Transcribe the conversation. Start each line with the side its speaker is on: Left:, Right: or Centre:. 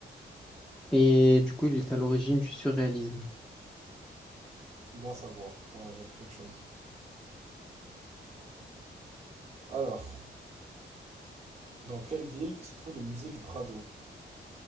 Centre: Et du coup, il est à l'origine du surréalisme.
Right: bon à savoir. Voilà, j'ai appris quelque chose. Alors, dans quelle ville se trouve le musée du Prado?